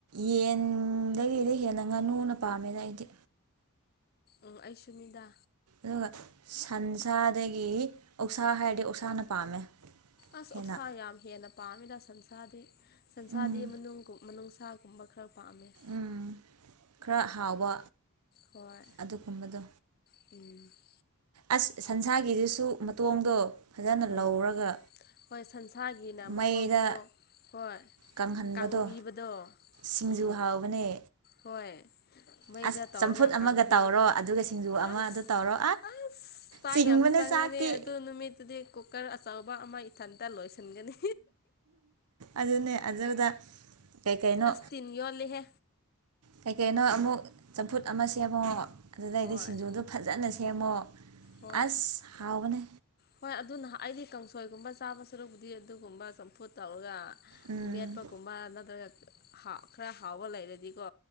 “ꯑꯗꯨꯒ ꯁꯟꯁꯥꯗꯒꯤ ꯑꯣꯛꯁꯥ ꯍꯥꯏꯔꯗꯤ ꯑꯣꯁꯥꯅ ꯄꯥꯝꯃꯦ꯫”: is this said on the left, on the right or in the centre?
Right